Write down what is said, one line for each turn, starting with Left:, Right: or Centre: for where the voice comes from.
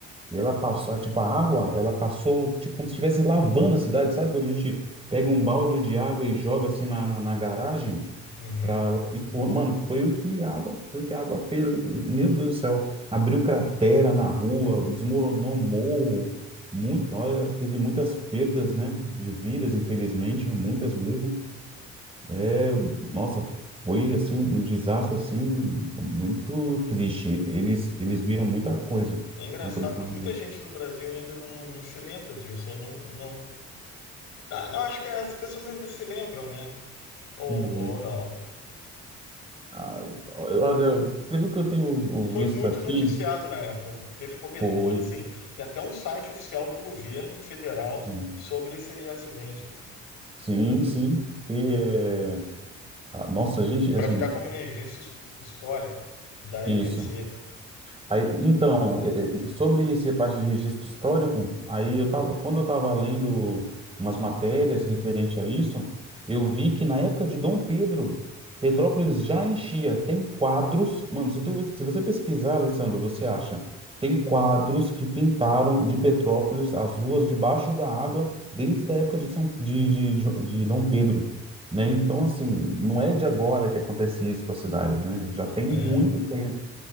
Right: e ela passou, ah, tipo, a água, ela passou, tipo, como se estivesse lavando a cidade, sabe? Quando a gente pega um balde de água e joga assim na, na, na garagem,
Left: Uhum.
Right: pra, e, pô, mano, foi o que a água, foi o que a água fez ali. Meu Deus do céu, abriu cratera na rua, desmoronou morro. Muito, olha, teve muitas perdas, né, de vidas, infelizmente, muitas mesmo. É, nossa, foi assim um desastre assim muito triste. Eles eles viram muita coisa,
Left: É engraçado
Right: né, quando estavam
Left: que muita gente no Brasil ainda não, não se lembra disso, ou não, não, Ah, não, acho que as pessoas ainda se lembram, né? Ou,
Right: Uhum.
Left: ou não.
Right: Ah, eu- olha, pelo que eu tenho
Left: Foi
Right: visto
Left: muito
Right: aqui,
Left: noticiado na época. Teve cobertura,
Right: foi
Left: assim. Tem até um site oficial do governo federal
Right: sim,
Left: sobre esse acidente.
Right: sim, sim, porque é, ah, nossa, gente, assim,
Left: Para ficar como registro histórico da
Right: isso.
Left: EBC.
Right: Aí, então, eh, eh, sobre essa parte de registro histórico, aí eu tava, quando eu estava lendo umas matérias referente a isso, eu vi que na época de Dom Pedro, Petrópolis já enchia. Tem quadros, mano, se tu, se você pesquisar, Alessandro, você acha, tem quadros que pintaram de Petrópolis as ruas debaixo da água desde a época de, São, de, de, de de Dom Pedro, né? Então, assim, não é de agora que acontece isso com a cidade, né? Já tem
Left: É.
Right: muito tempo.